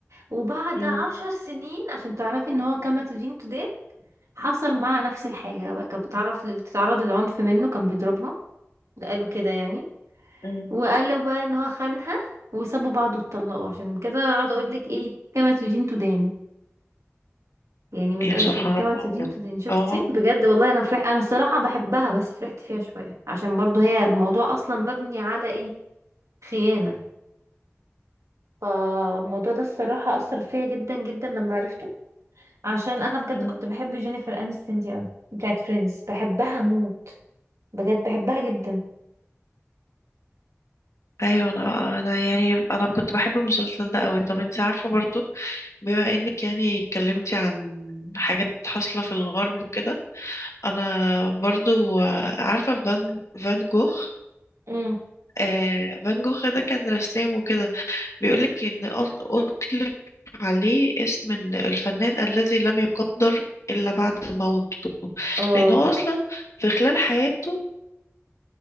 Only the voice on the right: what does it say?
وبعد
عشر سنين عشان تعرفي ان هو كما تدين تدان حصل معاها نفس الحاجة بقى كانت بتعرف بتتعرض للعنف منه كان بيضربها قالوا كده يعني
وقالوا بقى ان هو خانها وسابوا بعض واتطلقوا عشان كده اقعد اقول لك ايه كما تدين تدان يعني من الاخر
كما
تدين
تدان شفتي
بجد والله انا فرح انا الصراحة بحبها بس فرحت فيها شوية عشان برضو هي الموضوع اصلا مبني على ايه خيانة فالموضوع ده الصراحة أثر فيا جدا جدا لما عرفته عشان أنا بجد
كنت بحب جينيفر أنستون دي أوي بتاعت فريندز بحبها موت بجد بحبها جدا
امم
اه